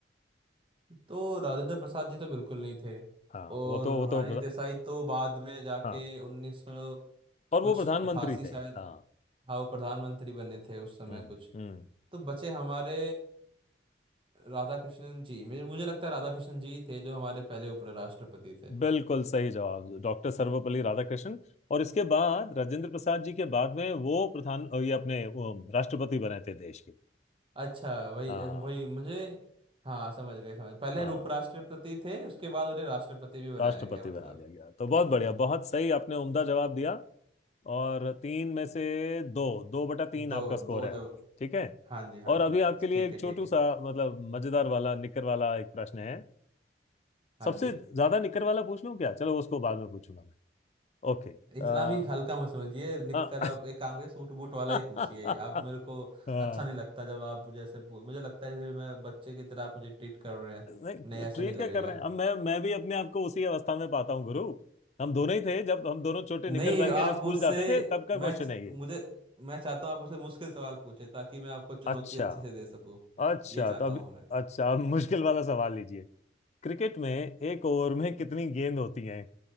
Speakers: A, on the right (about 30°); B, on the left (about 35°).
A: तो राजेंद्र प्रसाद जी तो बिल्कुल नहीं थे
B: हाँ
A: और
B: वो तो
A: मोनाली
B: वो तो
A: देसाई तो बाद में जाके
B: हाँ
A: उन्नीस सौ
B: और
A: कुछ
B: वो प्रधानमंत्री
A: अठासी
B: थे
A: शायद
B: हाँ
A: हाँ वो प्रधानमंत्री बने थे उस समय
B: हम्म
A: कुछ
B: हम्म।
A: तो बचे हमारे राधा कृष्णन जी मुझे मुझे लगता है राधा कृष्णन जी ही थे जो हमारे पहले उपराष्ट्रपति थे
B: बिल्कुल सही जवाब डॉक्टर सर्वपल्ली राधाकृष्णन और इसके बाद राजेंद्र प्रसाद जी के बाद में वो प्रधान ये अपने वो, राष्ट्रपति बने थे देश के
A: अच्छा वही
B: हाँ
A: वही मुझे हाँ समझ गए समझ गए। पहले
B: हाँ
A: उपराष्ट्रपति थे उसके बाद उन्हें राष्ट्रपति भी बनाया
B: राष्ट्रपति
A: गया मतलब
B: बना दिया गया तो बहुत बढ़िया बहुत सही आपने उम्दा जवाब दिया और तीन में से दो दो बटा तीन
A: दो
B: आपका स्कोर
A: दो
B: है
A: जब
B: अभी ठीक है
A: हाँ जी हाँ
B: और अभी
A: जी
B: आपके लिए
A: ठीक
B: एक
A: है
B: छोटू
A: ठीक
B: सा
A: है
B: मतलब मजेदार वाला निकर वाला एक प्रश्न है
A: हाँ
B: सबसे
A: जी
B: ज्यादा निकर वाला पूछ लूं क्या चलो उसको बाद में पूछूंगा मैं ओके
A: इतना
B: आ,
A: भी हल्का मत समझिए निककर
B: हाँ
A: आप एक काम करिए सूट बूट वाला ही
B: <laughs>
A: पूछिए आप मेरे को
B: हाँ
A: अच्छा नहीं लगता जब आप मुझे ऐसे पू- मुझे लगता है फिर मैं बच्चे की तरह आप मुझे ट्रीट कर रहे हैं
B: नहीं
A: नहीं ऐसा
B: ट्रीट
A: नहीं लगेगा
B: क्या कर रहे हैं अब मैं मैं भी अपने आप को उसी अवस्था में पाता हूँ गुरु हम दोनों ही थे जब हम दोनों छोटे निकर
A: नहीं
B: पहन के
A: आप
B: जब स्कूल
A: मुझसे
B: जाते थे तब का
A: मैं
B: क्वेश्चन
A: च-
B: है ये
A: मुझे मैं चाहता हूँ आप मुझसे मुश्किल सवाल पूछे ताकि मैं आपको चुनौती
B: अच्छा
A: अच्छे से दे सकूं
B: अच्छा
A: ये चाहता
B: तब
A: हूँ मैं
B: अच्छा अब मुश्किल वाला सवाल लीजिए क्रिकेट में एक ओवर में कितनी गेंद होती हैं